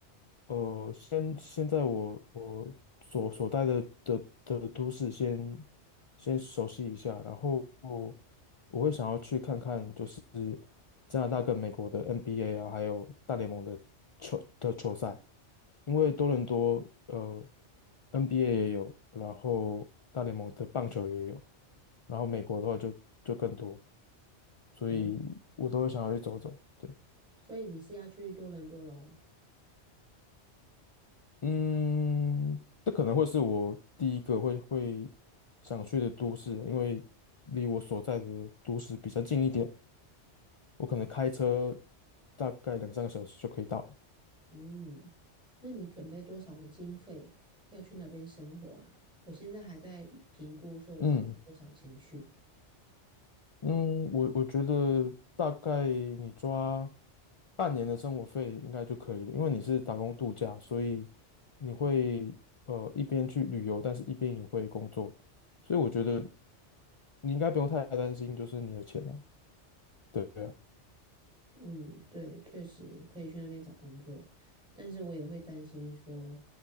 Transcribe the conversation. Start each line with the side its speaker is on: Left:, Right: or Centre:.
Left: 呃，先现在我我所所在的的的都市先先熟悉一下，然后我会想要去看看，就是加拿大跟美国的 NBA 啊，还有大联盟的球的球赛，因为多伦多呃 NBA 也有，然后大联盟的棒球也有，然后美国的话就就更多，所以我都会想要去走走。
Centre: 哦。
Left: 对
Centre: 所以你是要去多伦多喽？
Left: 嗯，这可能会是我第一个会会想去的都市，因为离我所在的都市比较近一点，我可能开车大概两三个小时就可以到了。
Centre: 嗯，那你准备多少的经费要去那边生活啊？我现在还在评估说我要带多少钱去。
Left: 嗯嗯，我我觉得大概你抓半年的生活费应该就可以了，因为你是打工度假，所以你会呃一边去旅游，但是一边也会工作，所以我觉得你应该不用太担心，就是你的钱了。对啊，
Centre: 嗯，对，确实可以去那边找工作，但是我也会担心说，